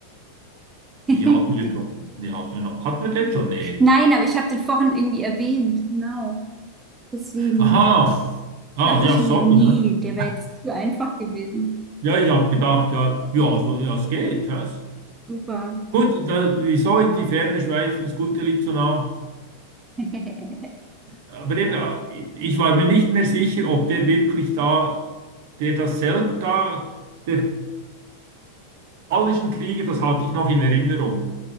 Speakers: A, on the right; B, on the right.
A: <laughs>
B: Wie hatten wir schon? Wie hatten wir noch? Hatten wir den schon? Nee.
A: Nein, aber ich habe den vorhin irgendwie erwähnt. Genau. Deswegen
B: Aha. Ah,
A: dachte
B: ja,
A: ich
B: sorry.
A: mir, nee,
B: Ne?
A: der wäre jetzt zu einfach gewesen.
B: Ja, ich habe gedacht, ja, ja, so, ja, es geht. Das.
A: Super.
B: Gut, da, wieso in die Ferne schweifen? Das Gute liegt so nah.
A: <laughs>
B: Ja, Aber eben, ja ich war mir nicht mehr sicher, ob der wirklich da, der das selber da, der Gallischen Kriege, das hatte ich noch in Erinnerung.